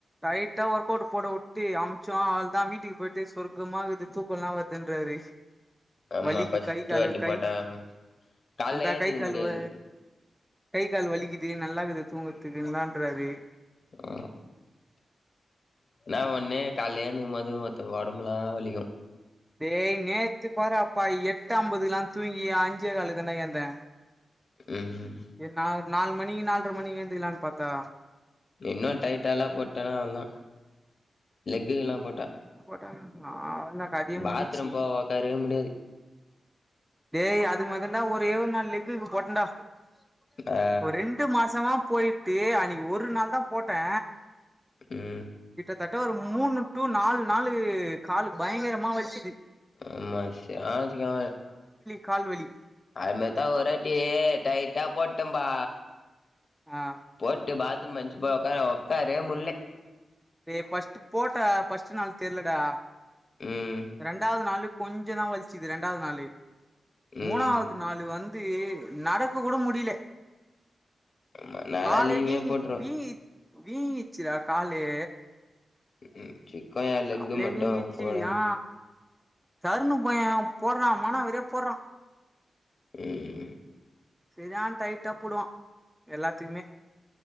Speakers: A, in the centre; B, on the left (about 50°).
A: லைட்டா ஒர்க் அவுட் போட வுட்டு அம்ச்சோ அவ்ளதா வீட்டுக்கு போயிட்டு சொர்க்கமாக்குது தூக்கல்லா வருதுன்றாரு
B: ஆமா
A: வலிக்கி
B: ஃபஸ்ட்டு
A: கை காலு
B: வாட்டி
A: கை
B: போட்டா கால்ல
A: அந்தா
B: ஏந்துக்க
A: கை காலு
B: முடியாது
A: வ கை கால் வலிக்குது நல்லாக்குது தூங்கறதுக்கெல்லான்றாரு
B: ஆ என்னா ஒண்ணு கலேல எழுந்துக்கும் போது ஒத்த உடம்பெல்லா வலிக்கு
A: டேய் நேத்து பார்ராப்பா எட்டு அம்பதுல்லா தூங்கி அஞ்சே காலுக்கு தாண்டா ஏந்தே
B: ம்
A: நா நாலு மணி நாலரை மணி எழுந்துக்கலான்னு பாத்தா
B: இன்னு டைட்டால்லா போட்டேனா வந்தா லெக்குல்லா போட்டா
A: அவ்ளோ தா கதயே
B: பாத்ரூம்
A: முஞ்சிச்சி
B: போக ஒக்காரவே முடியாது
A: டேய் அது மாதி தாண்ட ஒரே ஒரு நாள் லெக்குக்கு போட்டேன்டா
B: ஆ
A: ரெண்டு மாசமா போயிட்டு அன்னக்கி ஒரு நாள் தா போட்டே
B: ம்
A: கட்ட ஒரு மூணு டூ நாலு நாளு காலு பயங்கரமா வலிச்சது
B: ஆமா சியாஜ் கா
A: கால்வலி
B: அதுமாதித்தா ஒருராட்டி டைட்டா போட்டேப்பா
A: ஆ
B: போட்டு பாத்ரூம் போய் எஞ்சி போய் ஒக்கார்ரே ஒக்காரவே முல்ல
A: ஏய் ஃபஸ்ட் போட்ட ஃபஸ்ட் நாள் தெர்லடா
B: ம்
A: ரெண்டாவது நாளு கொஞ்ச தா வலிச்சது ரெண்டாவது நாளு
B: ம்
A: மூணாவது நாளு வந் து நடக்க கூட முடிலே
B: ஆமா நாலா
A: காலே
B: லீவே
A: வீங்கி
B: போட்ருவே
A: வீங்கி வீங்கிருச்சுட காலு
B: ம் சிக்கயா லெக்கு
A: காலே
B: மட்டு
A: வீங்கிச்சு
B: ஓல
A: ஆ தருணு பைய போட்றா மானாவாரியா போட்றா
B: ம்
A: செரியான டைட்டா போடுவா எல்லாத்தயுமே